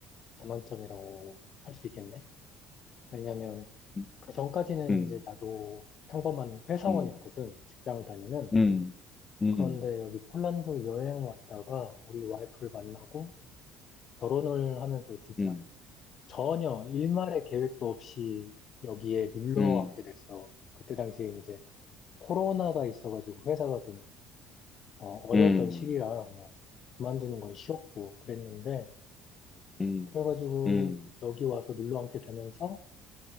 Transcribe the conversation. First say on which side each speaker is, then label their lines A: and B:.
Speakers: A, on the left (about 50°); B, on the left (about 25°).
A: 전환점이라고 할 수 있겠네? 왜냐면,
B: 음
A: 그 전까지는
B: 음.
A: 이제 나도 평범한 회사원이었거든.
B: 음.
A: 직장을 다니는.
B: 음. 음.
A: 그런데
B: 음.
A: 여기 폴란드 여행 왔다가 우리 와이프를 만나고 결혼을 하면서 진짜
B: 음.
A: 전혀 일말의 계획도 없이 여기에 눌러
B: 음. 음.
A: 앉게 됐어. 그때 당시에 이제 코로나가 있어가지고 회사가 좀 어, 어려웠던
B: 음.
A: 시기라 뭐 그만두는 건 쉬웠고 그랬는데
B: 음.
A: 그래가지고
B: 음.
A: 여기 와서 눌러 앉게 되면서